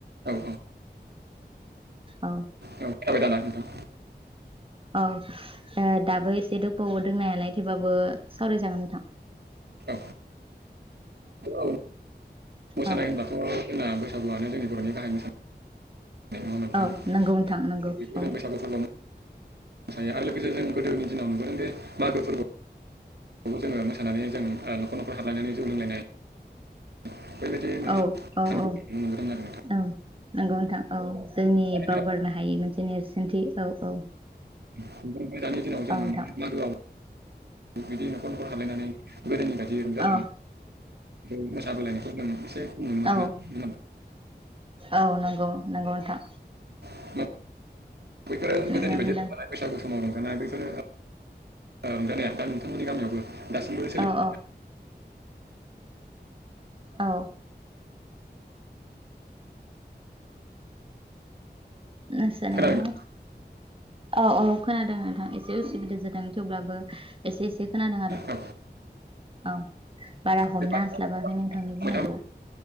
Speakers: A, on the right (about 70°); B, on the right (about 30°).
A: औ औ औ
B: औ
A: जाबाय दाना नोंथां।
B: औ औ दाबो एसे दबावो दोंनायालाय थेवबाबो सावरायजागोन नोंथां
A: औ औ मोसानाय
B: औ
A: होनबाथ' जोंना बैसागुआनो जोंनि बर'नि गाहाय मोसानाय नङा होमबा नोंथां
B: औ नंगौ नोंथां नंगौ
A: जों बेखौ
B: औ
A: जों बैसागु फोरबोआव मोसायो आरो लोगोसे जों गोदोनि दिनाव नुबोदों जे मागो फोरबो बेखौ जोङो मोसानानै जों औ न'खर न'खर हारलायनानै जौ लोंलायनाय बेबायदि मानेान्खौनो
B: औ औ औ
A: मोनग्रोन आरो नोंथां <unintelligible>
B: औ नंगौ नोंथां औ जोंनि
A: आरो
B: बावगारनो हायि मोनसे नेरसोनथि औ औ
A: खफ्राय दानि दिनाव जों
B: औ नोंथां
A: मोन मागोआव। बिदि न'खर न'खर हालायनानै गोदोनि बायदि रंजालायो
B: औ
A: मोसाबोलायनायखौ जों एसे नुनो मोनदों
B: औ औ नंगौ नंगौ नोंथां
A: होमबा? बैफोरो
B: नुनो
A: गोदोनि बायदि
B: मोनदों
A: रंजानाय बैसागु समाव रंजानाया बेफोरनो रंजानाया दा नोंथांमोननि गामियावबो दासिमबो सोलिबो
B: औ औ औ। मोसानायहाय
A: खोनादोंना
B: औ औ खोनादों नोंथां एसे उसुबिदा जादों। थेवब्लाबो एसे एसे खोनादों आरो
A: औ
B: औ। बारा हमना
A: जेनेबा
B: हास्लाबाखै नोंथांनि
A: नोंथां होमबा
B: बुंनायखौ।